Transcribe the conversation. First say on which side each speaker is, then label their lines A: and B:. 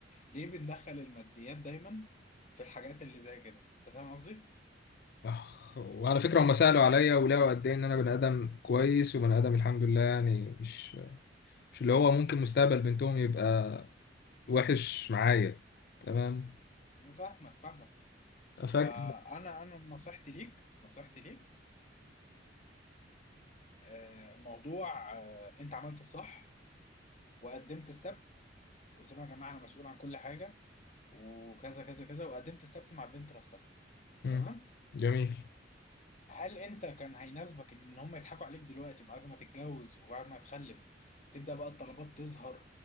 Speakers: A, on the left; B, on the left.
A: ليه بندخل الماديات دايما في الحاجات اللي زي كده انت فاهم قصدي
B: آه، وعلى فكره هم سالوا عليا ولقوا قد ايه ان انا بني ادم كويس وبني ادم الحمد لله يعني مش مش اللي هو ممكن مستقبل بنتهم يبقى وحش معايا تمام
A: أنا فاهمك فاهمك فانا
B: فاكر
A: انا نصيحتي ليك نصيحتي ليك آه، الموضوع آه، انت عملت الصح وقدمت السبت قلت لهم يا جماعه انا مسؤول عن كل حاجه وكذا كذا كذا وقدمت السبت مع البنت نفسها
B: مم.
A: تمام
B: جميل
A: هل انت كان هيناسبك ان هم يضحكوا عليك دلوقتي بعد ما تتجوز وبعد ما تخلف تبدأ بقى الطلبات تظهر